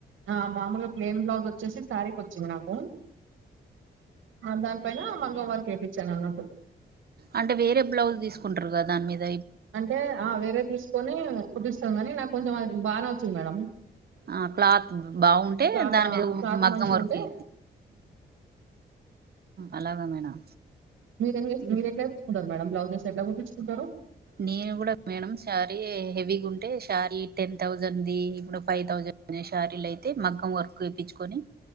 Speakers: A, on the right; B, on the right.
A: ఆ మామూలుగా ప్లేైన్ బ్లాస వచ్చేసి సారీకి వచ్చింది నాకు ఆ దానిపైనా మ ార్ కపించాను అంగట్టు
B: అంటే వేరే బ్లౌజ్ తీసుకుంటారు కదా దాని మీద
A: అంటే ఆ వేరే తీసుకొని కుుట్స్త కానీ నాకు కొంచెం అది బానే వచ్చింది మేడడం
B: ఆ క్లాత్ బాగుంటే
A: క్లాత్
B: దాని
A: ఆ
B: మీద
A: క్లాత్
B: మగ్గం
A: మంచిగా
B: వరకు
A: ఉంటే
B: అలాగా మేడం
A: మీరు
B: ఇంకా
A: మీరు ఎట్లే చూసుకుంటారు మేడం బ్లౌజెస్ ఎలార్ంచుకుంటారు
B: నేను కూడా మేడం శారీ హెవీగా ఉంటే ారీ టెన్ థౌజండ్ది ఇప్పుడు ఫైవ్ థౌజండ్ శారీలు అయితే మగ్గం వర్క్ చేప్పంచుకొని